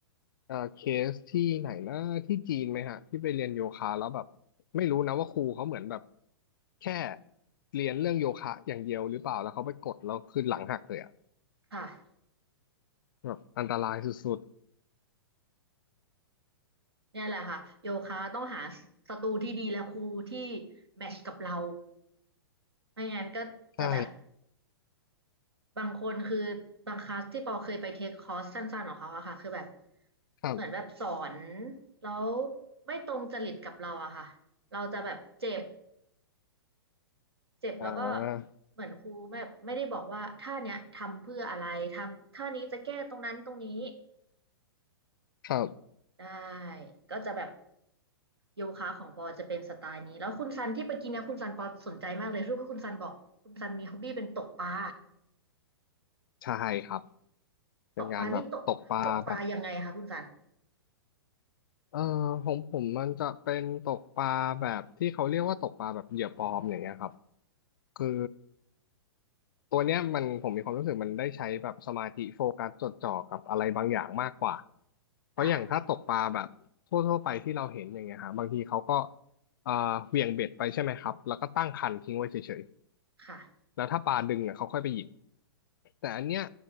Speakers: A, on the left; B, on the right.
A: เอ่อเคสที่ไหนนะที่จีนไหมฮะที่ไปเรียนโยคะแล้วแบบไม่รู้นะว่าครูเขาเหมือนแบบแค่เรียนเรื่องโยคะอย่างเดียวหรือเปล่าแล้วเขาไปกดแล้วคือหลังหักเลยอ่ะ
B: ค่ะ
A: แบบอันตรายสุด
B: เนี่ยแหละค่ะโยคะต้องหาสตูที่ดีและครูที่แมทช์กับเรา ไม่งั้นก็จะแบบ
A: ๆใช่
B: บางคนคือบางคลาสที่ปอเคยไปเทคคอร์สสั้นๆของเขาอะค่ะคือแบบ
A: ครับ
B: เหมือนแบบสอนแล้วไม่ตรงจริตกับเราอะค่ะเราจะแบบเจ็บเจ็บแล้วก็
A: อ่า
B: เหมือนครูแบบไม่ได้บอกว่าท่าเนี้ยทำเพื่ออะไรทำท่านี้จะแก้ตรงนั้นตรงนี้
A: ครับ
B: ได้ก็จะแบบโยคะของปอจะเป็นสไตล์นี้แล้วคุณซันที่ไปกินเนี่ยคุณซันปอสนใจมากเลยรู้ว่าคุณซันบอกคุณซันมีฮ็อบบี้เป็นตกปลา
A: ใช่ครับเป็นการแบบตกปลาแบบ
B: ตกปลานี่ตกตกปลายังไงคะคุณซัน
A: เออของผมมันจะเป็นตกปลาแบบที่เขาเรียกว่าตกปลาแบบเหยื่อปลอมอย่างเงี้ยครับคือตัวเนี้ยมันผมมีความรู้สึกมันได้ใช้แบบสมาธิโฟกัสจดจ่อกับอะไรบางอย่างมากกว่าเพราะอย่างถ้าตกปลาแบบทั่วๆไปที่เราเห็นอย่างเงี้ยฮะบางทีเขาก็
B: ค่ะ
A: เอ่อเหวี่ยงเบ็ดไปใช่ไหมครับแล้วก็ตั้งคันทิ้งไว้เฉย
B: ค่ะ
A: ๆแล้วถ้าปลาดึงอ่ะเขาค่อยไปหยิบ แต่อันเนี้ย